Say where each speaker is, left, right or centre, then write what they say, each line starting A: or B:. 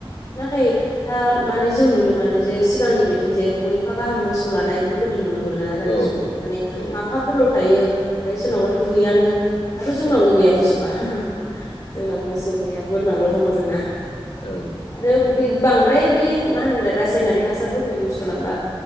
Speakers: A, on the left; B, on the left.
A: नाथाय दा माने जों नुनो मोनो जे सिगांनि बायदि जे गलिफा गाहाम मोसौ लानाय बेफोरबाय दि नुनो मोनला ना दानि
B: औ
A: जुगाव माने
B: औ
A: माफाफोरल‌थायो ओमफ्राय सोरनावबाथ गैयानो दाथ जोंनावनो
B: औ अ ओं
A: गैया मोसौआ जोंनाव मोसौ गैया बोरमाल दं जोंना
B: ओं
A: आरो बे बांद्राय बे मा होनोमोनलाय रासायनारि हासारफोरखौ इउस खालामबा